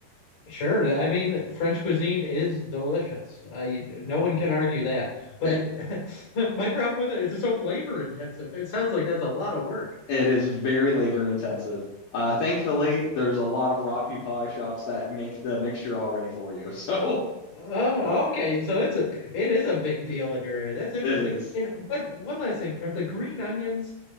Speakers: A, on the left; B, on the left.
A: Sure. I mean, French cuisine is delicious. I no one can argue that. But
B: i-
A: it <laughs> my problem with it is it's so labor intensive. It sounds like that's a lot of work.
B: it is very labor intensive. Uh, thankfully, there's a lot of raw pea pie shops that make the mixture already for you. <laughs> So
A: Oh, okay. So it's a it is a big deal in your area. That's interesting.
B: it is.
A: And but one last thing, are the green onions